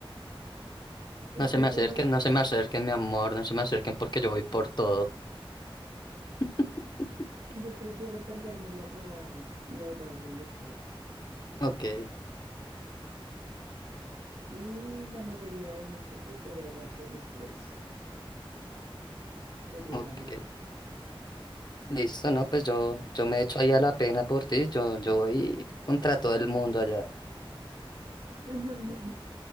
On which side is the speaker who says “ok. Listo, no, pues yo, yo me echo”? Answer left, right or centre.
Left